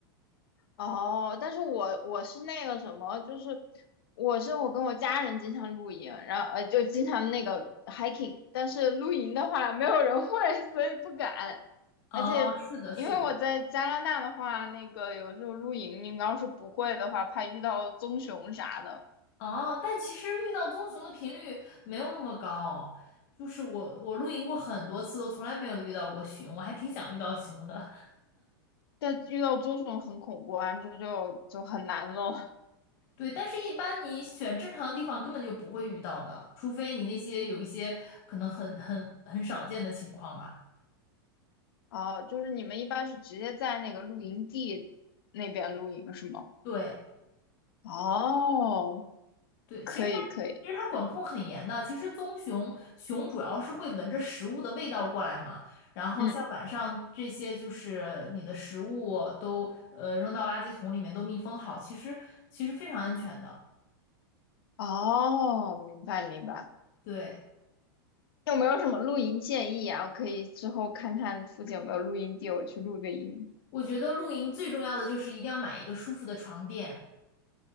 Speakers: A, on the left (about 75°); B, on the left (about 50°).
A: 哦，但是我我是那个什么，就是我是我跟我家人经常露营，然后呃就经常那个 hiking，但是露营的话没有人会，<laughs> 所以不敢。
B: 哦，
A: 而且因为我在加拿大的话，
B: 是的，是的，
A: 那个有时候露营，你要是不会的话，怕遇到棕熊啥的。
B: 哦，但其实遇到棕熊的频率没有那么高，就是我我露营过很多次，都从来没有遇到过熊，我还挺想遇到熊的。
A: 但遇到棕熊很恐怖，他们说就就很难咯。
B: 对，但是一般你选正常的地方根本就不会遇到的，除非你那些有一些可能很很很少见的情况吧。
A: 哦，就是你们一般是直接在那个露营地那边露营是吗？
B: 对。
A: 哦，
B: 对，
A: 可以可以。
B: 其实它其实它管控很严的。其实棕熊熊主要是会闻着食物的味道过来嘛，然后像晚上这些就是你的食物都呃扔到垃圾桶里面都密封好，
A: 嗯。
B: 其实其实非常安全的。
A: 哦，明白明白。
B: 对，
A: 有没有什么露营建议啊？我可以之后看看附近有没有露营地，我去露个营。
B: 我觉得露营最重要的就是一定要买一个舒服的床垫。